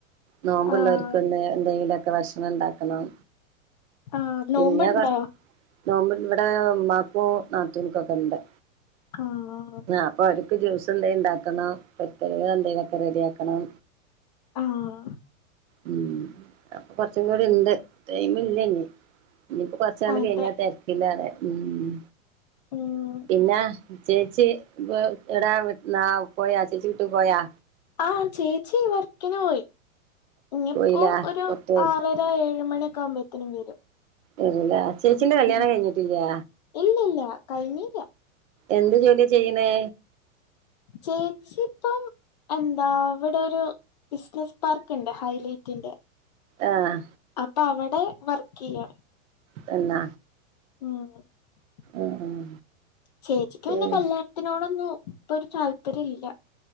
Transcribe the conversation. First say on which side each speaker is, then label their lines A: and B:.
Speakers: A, on the right; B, on the left.
A: നോമ്പുള്ളോർക്ക്
B: ആഹ്
A: ഒന്ന് എന്തെങ്കിലുക്കെ ഭക്ഷണം ഉണ്ടാക്കണം.
B: ആഹ്
A: പിന്നെ
B: നോമ്പുണ്ടോ
A: കൊറ് നോമ്പ് ഇവടെ ഉമ്മാക്കും നാത്തൂൻക്കൊക്കെ ഇണ്ട്.
B: ആഹ് ആഹ് ആഹ്
A: ആഹ് അപ്പൊ അവർക്ക് ജ്യൂസ് എന്തേ ഉണ്ടാക്കണം പ്രത്യേകം എന്തെങ്കിലൊക്കെ റെഡിയാക്കണം.
B: ആഹ്
A: ഉം അപ്പൊ കൊറച്ചും കൂടി ഇണ്ട് ടൈമ് ഇല്ല ഇനി. ഇനിയിപ്പോ കൊറച്ചാള്
B: അതെ
A: കഴിഞ്ഞാ തെരക്കില്ലാലേ ഉം.
B: ഉം
A: പിന്നെ? ചേച്ചി വ് ഇടാൻ ന്ന പോയ ചേച്ചി വീട്ട് പോയാ?
B: ആഹ് ചേച്ചി വർക്കിന് പോയി ഇനിപ്പോ
A: പോയിലാ
B: ഒരു
A: പുറത്ത് പോയി
B: ആറ ഏഴ് മണിക്കെ ആകുമ്പോത്തേനും വരും.
A: വരും ല്ലേ. ചേച്ചിന്റെ കല്യാണം
B: ഉം
A: കഴിഞ്ഞിട്ടില്ലേ?
B: ഇല്ലില്ല കഴിഞ്ഞില്ല
A: എന്ത് ജോലി ചെയ്യ്ണേ?
B: ചേച്ചിപ്പം എന്താ ഇവടെ ഒരു ബിസിനസ് പാർക്ക് ണ്ട് ഹൈലൈറ്റിന്റെ.
A: ഏഹ്
B: അപ്പ അവടെ വർക്ക് യ്യാണ്.
A: തന്നാ
B: ഉം
A: ഉം
B: ചേച്ചിക്ക് പിന്നെ
A: ഉം
B: കല്യാണത്തിനോടൊന്നും ഇപ്പൊ ഒരു താല്പര്യം ഇല്ല.